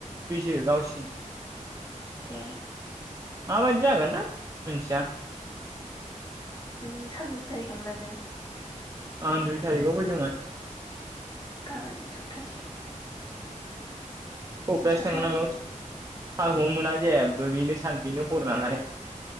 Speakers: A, on the right; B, on the left.
A: बेस गावसिनि
B: ए
A: माबायदि जागोन दा मिथिया
B: उम सारभिस जाहैखामलाय नों
A: आं दुइ थारिखाव फैदोंमोन
B: गाबोननो सप्तासे
A: क'क्राझ
B: थिन सात
A: थांनो
B: थारिखनो
A: ना माबा हाल हमनो मोना जेबो बेनो सान बेनो हर नालाय